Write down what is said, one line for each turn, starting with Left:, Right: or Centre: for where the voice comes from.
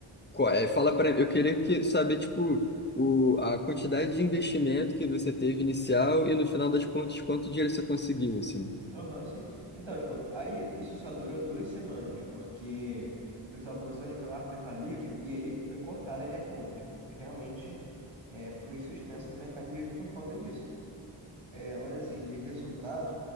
Left: Qual é? Fala para eu queria que saber tipo o, a quantidade de investimento que você teve inicial e no final das contas quanto dinheiro você conseguiu assim.
Right: Aham, sim. Então, tipo, aí isso só durou duas semanas, porque o pessoal começou a reclamar pro Mercado Livre e aí foi cortada a minha conta. Tipo, realmente é, fui suspenso do Mercado Livre por conta disso. É, mas assim, de resultado,